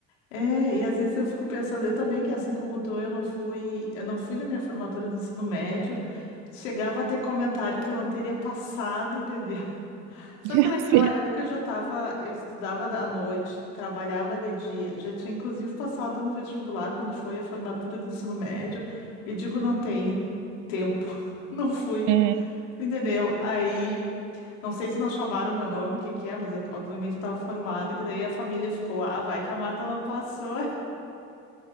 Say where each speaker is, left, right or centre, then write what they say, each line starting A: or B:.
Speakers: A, on the left; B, on the right.
A: É, e às vezes eu fico pensando, eu também, que assim como tô, eu não fui, eu não fui na minha formatura do ensino médio, chegava a ter comentário que eu não teria passado, entendeu? <laughs> Só
B: <laughs>
A: que naquela
B: Sim.
A: época eu já tava, eu estudava da- à noite, trabalhava de dia, já tinha inclusive passado no vestibular quando foi a formatura do ensino médio, e digo, não tem tempo, <laughs> não fui,
B: É.
A: entendeu? Aí Não sei se não chamaram meu nome, o que que é, mas eu- obviamente eu tava formada, que daí a família ficou, ah, vai que a Marta não passou. <laughs>